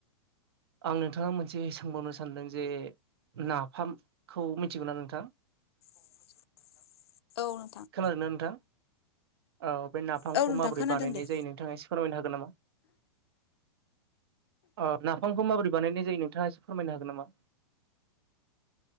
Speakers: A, on the right; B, on the left.
A: आं नोंथाङा मोनसे सोंबावनो सानदों जे नाफामखौ मिथिगो ना नोंथां?
B: मिथिगो ना नोंथां औ नोंथां।
A: खोनादों ना नोंथां औ बे नाफामखौ
B: औ नोंथां
A: माबोरै
B: खोनादों
A: बानायनाय
B: दे
A: जायो नोंथाङा एसे फोरमायनो हागोन नामा? अ नाफामखौ माबोरै बानायनाय जायो नोंथाङा एसे फोरमायनो हागोन नामा?